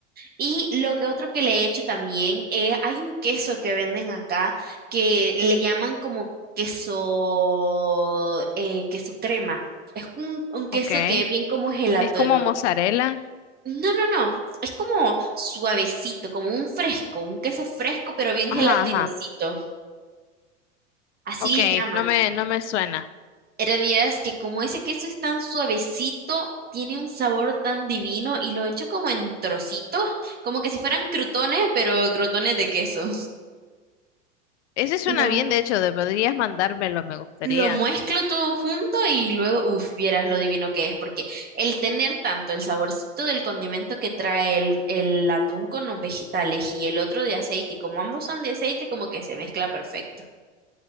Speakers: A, on the right (about 25°); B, on the left (about 70°).
A: Y lo que otro que le he hecho también, eh, hay un queso que venden acá que le llaman como queso, eh, queso crema. Es un, un queso
B: Ok.
A: que es bien como gelatino.
B: Es como mozzarella.
A: No, no, no. no. Es como suavecito, como un fresco, un queso fresco, pero bien
B: Ajá,
A: gelatinosito.
B: ajá.
A: Así
B: Ok,
A: le llaman.
B: no me, no me suena.
A: Pero vieras que como ese queso es tan suavecito, tiene un sabor tan divino y lo echo como en trocitos, como que si fueran crutones, pero crutones de queso.
B: Ese suena
A: Lo,
B: bien, de hecho, de- podrías mandármelo, me gustaría.
A: lo mezclo todo junto y luego, uff, vieras lo divino que es, porque el tener tanto el saborcito del condimento que trae el, el atún con los vegetales y el otro de aceite, y como ambos son de aceite, como que se mezcla perfecto.